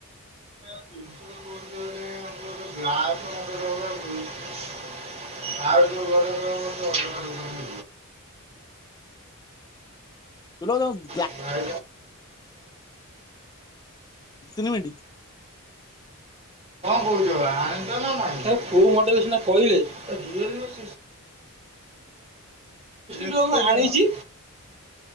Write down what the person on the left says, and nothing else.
ଶୁଭା ଯାଉଚି?
ଦି ତିନି ମିନିଟ୍